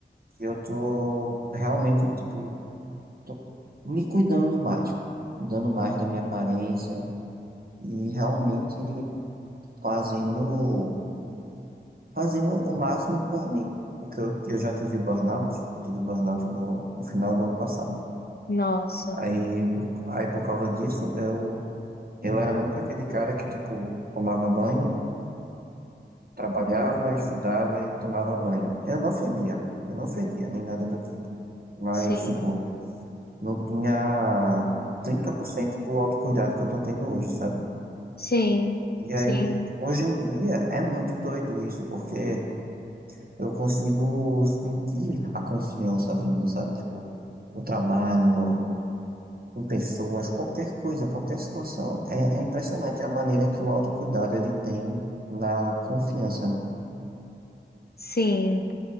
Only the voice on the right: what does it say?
que eu tô realmente, tipo, tô me cuidando mais. Cuidando mais da minha aparência e realmente fazendo. Fazendo o máximo por mim. Porque eu, eu já tive burnout. Eu tive burnout no, no final do ano passado.
Aí, por- aí por causa disso, eu, eu era muito aquele cara que, tipo, tomava banho, trabalhava, estudava e tomava banho. Eu não fedia, eu não fedia, nem nada do tipo. Mas,
tipo, não tinha 30% do autocuidado que eu tô tendo hoje, sabe?
E aí,
hoje em dia, é muito doido isso, porque eu consigo sentir a confiança vindo, sabe? Tipo, o trabalho, com pessoas, qualquer coisa, qualquer situação. É, é impressionante a maneira que o autocuidado ele tem na confiança, né?